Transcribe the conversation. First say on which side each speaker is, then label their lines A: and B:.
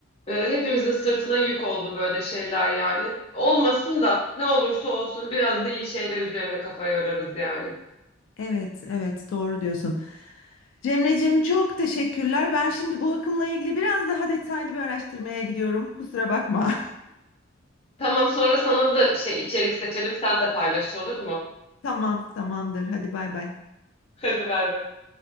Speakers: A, on the left (about 30°); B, on the left (about 85°).
A: Ee, hepimizin sırtına yük oldu böyle şeyler yani. Olmasın da ne olursa olsun biraz da iyi şeyler üzerine kafa yorarız yani.
B: Evet, evet doğru diyorsun. Cemreciğim çok teşekkürler. Ben şimdi bu akımla ilgili biraz daha detaylı bir araştırmaya gidiyorum. Kusura bakma.
A: Tamam sonra sana da şey içerik seçelim sen de paylaş olur mu?
B: <laughs> Tamam, tamamdır. Hadi bay bay.
A: <laughs> Hadi bay bay.